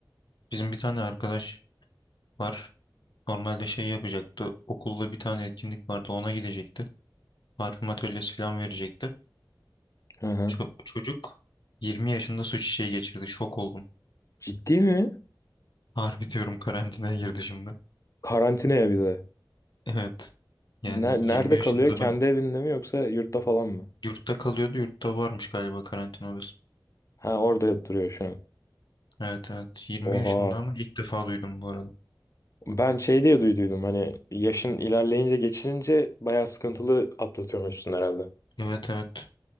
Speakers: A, on the left; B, on the left.
A: Bizim bir tane arkadaş var. Normalde şey yapacaktı. Okulda bir tane etkinlik vardı. Ona gidecekti. Parfüm atölyesi falan verecekti.
B: Hı hı.
A: Ço- çocuk 20 yaşında su çiçeği geçirdi. Şok oldum.
B: Ciddi mi?
A: <laughs> Harbi diyorum karantinaya girdi şimdi.
B: Karantinaya bir de.
A: Evet. Yani
B: Ne-
A: 20
B: Nerede
A: yaşında
B: kalıyor? Kendi
A: ben
B: evinde mi yoksa yurtta falan mı?
A: yurtta kalıyordu. Yurtta varmış galiba karantina odası.
B: Ha orada duruyor şu an.
A: Evet evet. 20
B: Oha.
A: yaşında ama ilk defa duydum bu arada.
B: Ben şey diye duyduydum hani yaşın ilerleyince geçirince bayağı sıkıntılı atlatıyormuşsun herhalde.
A: Evet evet.